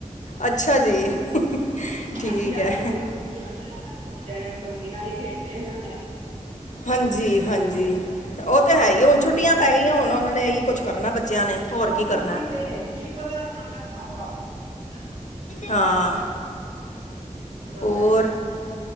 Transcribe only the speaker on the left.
ਅੱਛਾ ਜੀ ਠੀਕ
ਹੈ
ਹਾਂਜੀ। ਹਾਂਜੀ ਓ ਤੇ ਹੈ ਹੀ ਹੈ, ਹੁਣ ਛੁੱਟੀਆਂ ਪੈ ਗਈਆਂ ਹੁਣ ਉਹਨਾਂ ਨੇ ਇਹੀ ਕੁਝ ਕਰਨਾ ਬੱਚਿਆਂ ਨੇ
ਕੀ ਕਰਨਾ
ਹੈ।
ਹਾਂ।
ਹੋਰ